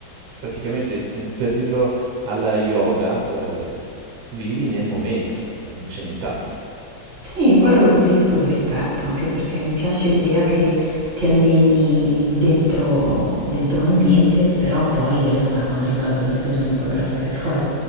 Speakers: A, on the right; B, on the right.
A: praticamente, per dirlo alla yoga, eh, vivi nel momento, non c'è nient'altro.
B: Sì, quello lo capisco, lo rispetto, anche perché mi piace l'idea che ti alleni dentro, dentro un ambiente, però poi in realtà quando arriva la bella stagione puoi praticare fuori.